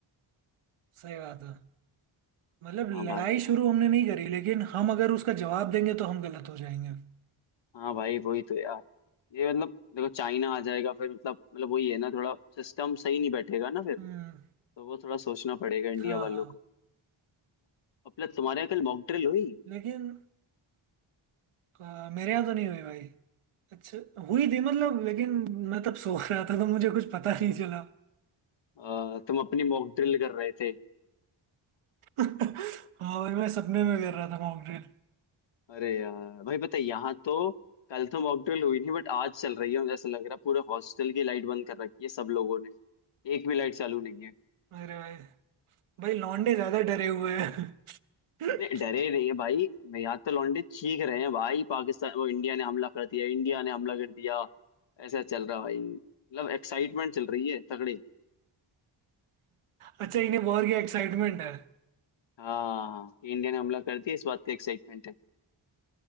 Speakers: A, on the right; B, on the left.
A: सही बात है मतलब
B: हाँ भाई
A: लड़ाई
B: यार
A: शुरू हमने नहीं करी लेकिन हम अगर उसका जवाब देंगे तो हम गलत हो जाएंगे
B: हाँ भाई वही तो यार ये मतलब देखो चाइना आ जाएगा फिर मतलब मतलब वही है ना थोड़ा सिस्टम सही नहीं बैठेगा ना फिर
A: हम्म
B: तो वो थोड़ा सोचना पड़ेगा इंडिया
A: हाँ
B: वालों
A: हाँ
B: को अपना तुम्हारे यहाँ कल मॉक ड्रिल हुई
A: लेकिन अ, मेरे यहाँ तो नहीं हुई भाई अच्छा हुई थी मतलब लेकिन मैं तब सो रहा था तो मुझे कुछ पता नहीं चला
B: अ, तुम अपनी मॉक ड्रिल कर रहे थे
A: <laughs> हाँ भाई मैं सपने में कर रहा था मॉकड्रिल
B: अरे यार भाई पता है यहाँ तो कल तो मॉकड्रिल हुई नहीं बट आज चल रही है मुझे ऐसा लग रहा है पूरे हॉस्टल की लाइट बंद कर रखी है सब लोगों ने एक भी लाइट चालू नहीं है
A: अरे भाई भाई लौंडे ज्यादा डरे हुए हैं <laughs>
B: नहीं डरे नहीं है भाई मैं यहाँ तो लौंडे चीख रहे हैं भाई पाकिस्तान वो इंडिया ने हमला कर दिया इंडिया ने हमला कर दिया ऐसा चल रहा है भाई मतलब एक्साइटमेंट चल रही है तगड़ी
A: अच्छा इन्हें वॉर की एक्साइटमेंट है
B: हाँ कि इंडिया ने हमला कर दिया इस बात का एक्साइटमेंट है